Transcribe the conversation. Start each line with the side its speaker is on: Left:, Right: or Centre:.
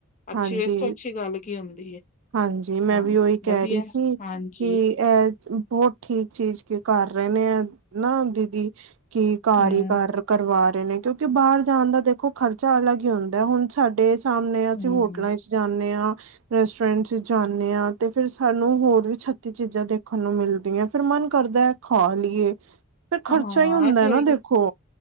Left: ਅੱਛੀ
Right: ਹਾਂਜੀ,
Left: ਇਸ ਤੋਂ ਅੱਛੀ ਗੱਲ ਕੀ ਹੁੰਦੀ ਹੈ।
Right: ਹਾਂਜੀ ਮੈਂ
Left: ਹਾਂ
Right: ਵੀ ਉਹੀ ਕਹਿ
Left: ਵਧੀਆ
Right: ਰਹੀ ਸੀ
Left: ਹਾਂਜੀ
Right: ਕਿ ਇਹ ਹੋ ਠੀਕ ਚੀਜ਼ ਕੇ ਕਰ ਰਹੇ ਨੇ ਆ ਨਾ ਦੀਦੀ ਕੀ ਘਰ
Left: ਹੂੰ
Right: ਹੀ ਕਰ ਕਰਵਾ ਨੇ ਕਿਉਂਕਿ ਬਾਹਰ ਜਾਣ ਦਾ ਦੇਖੋ ਖਰਚਾ ਅਲੱਗ ਹੀ ਹੁੰਦਾ ਹੁਣ ਸਾਡੇ ਸਾਹਮਣੇ, ਅਸੀਂ
Left: ਹੂੰ
Right: ਹੋਟਲਾਂ ਚ ਜਾਂਨੇ ਹਾਂ। ਰੈਸਟੋਰੈਂਟ ਜਾਂਦੇ ਹਾਂ ਤੇ ਫਿਰ ਸਾਨੂੰ ਹੋਰ ਵੀ ਛੱਤੀ ਚੀਜ਼ਾਂ ਦੇਖਣ ਨੂੰ ਮਿਲਦੀਆਂ ਫੇਰ ਮ ਕਰਦਾ ਖਾ ਲਈਏ ਫਿਰ ਖ਼ਰਚਾ
Left: ਹਾਂ
Right: ਹੀ ਹੁੰਦਾ
Left: ਇਹ ਤੇ ਹੈ
Right: ਨਾ
Left: ਹੀ
Right: ਦੇਖੋ,
Left: ਹੈ।